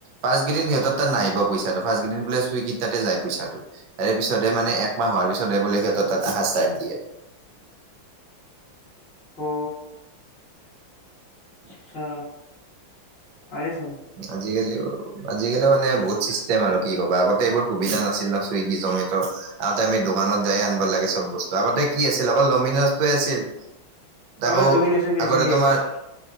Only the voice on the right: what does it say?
ফাৰ্ষ্ট কেইদিন সিহঁতৰ তাত নাহিব পইছাটো ফাৰ্ষ্ট কেইদিন বোলে ছুইগিত তাতে যায় পইচাটো, তাৰে পিছতে এক মাহ হোৱাৰ পিছত এইবোলে সিহঁতৰ তাত আহজ চাই দিয়ে।
আজিকালি আজিকালি মানে বহুত চিষ্টেম আৰু কি কবা আগতে এইবোৰ সুবিধা নাছিল ন চুইগি, জমেট' আগতে আমি দোকানত যায় আ লাগে চব বস্তু আগতে কি আছিল অকল ডমিন'জটোৱে আছিল। তাকো
আগতে
তোমাৰ,